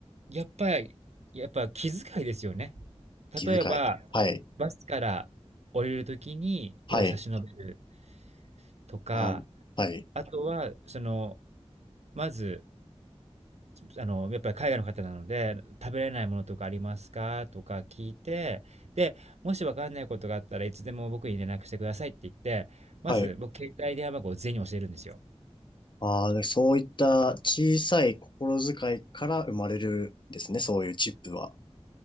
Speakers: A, on the right; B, on the left.
A: やっぱり、やっぱ気遣いですよね。
B: 気遣い。
A: 例えば、
B: はい。
A: バスから降りるときに手を差し伸べる
B: はい。
A: とか、
B: あ、はい。
A: あとは、その、まず、あの、やっぱり海外の方なので、食べれないものとかありますかとか聞いて、で、もしわかんないことがあったらいつでも僕に連絡してくださいって言って、まず僕携帯電話番号を全員に教えるんですよ。
B: はい。ああでそういった小さい心遣いから生まれるんですね。そういうチップは。